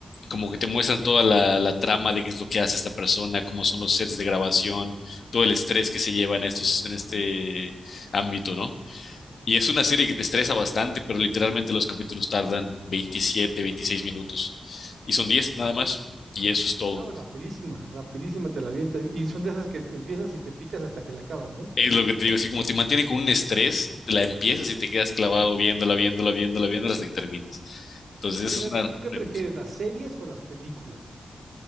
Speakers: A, on the left (about 75°); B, on the right (about 80°).
A: como que te muestran toda la, la trama de qué es lo que hace esta persona, cómo son los sets de grabación, todo el estrés que se lleva en estos, en este ámbito, ¿no? Y es una serie que te estresa bastante, pero literalmente los capítulos tardan 27, 26 minutos. Y son 10 nada más, y eso es todo.
B: Ah, rapidísima, rapidísima te la avientas. Y son de esas que te empiezas y te picas hasta que la acabas, ¿no?
A: Es lo que te digo, así como te mantiene con un estrés, la empiezas y te quedas clavado viéndola, viéndola, viéndola, viéndola hasta que terminas. Entonces, esa
B: Oye,
A: es
B: David,
A: una
B: ¿tú qué
A: pregunta.
B: prefieres, las series o las películas?